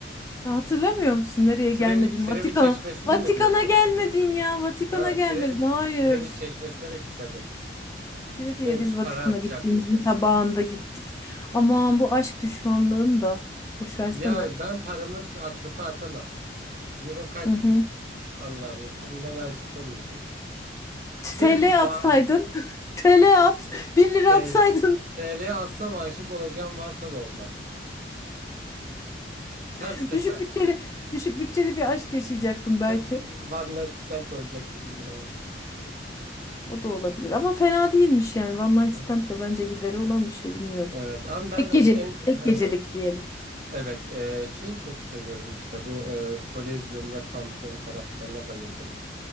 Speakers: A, on the left; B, on the right.
A: Ha, Hatırlamıyor musun nereye
B: Trevi,
A: gelmedin?
B: Trevi
A: Vatikan'a.
B: Çeşmesi'ni
A: Vatikan'a
B: mi diyorsun?
A: gelmedin ya. Vatikan'a
B: Ha,
A: gelmedin.
B: Trevi,
A: Hayır.
B: Trevi Çeşmesi'ne de gitmedim.
A: Trivia'ya
B: Neymiş?
A: biz Vatikan'a
B: Para atacakmışız.
A: gittiğimizin sabahında gittik. Aman bu aşk düşmanlığını da. Boş versene.
B: Ya ben paramı ç- at- çöpe atamam. Euro kaç?
A: Hı hı.
B: Allah Allah. Tam ben aşık olmayacağım.
A: TL
B: Ve bu ba
A: atsaydın. <laughs> TL at. bir lira
B: e,
A: atsaydın.
B: TL atsam aşık olacağım varsa da olmam. Ters
A: <laughs>
B: teper.
A: Düşük bütçeli, düşük bütçeli bir aşk yaşayacaktım belki.
B: Hep ki one night stand olacaktı 1 liraya.
A: O da olabilir. Ama fena değilmiş yani. One
B: Hı-hı.
A: Night Stand de bence gideri olan bir şey bilmiyorum.
B: Evet ama ben
A: Tek
B: hani
A: gecelik.
B: en
A: Tek
B: hı
A: gecelik
B: hı.
A: diyelim.
B: Evet e, şeyi çok seviyorum işte bu e, Kolezyum ve Pantheon taraflarına bayıldım.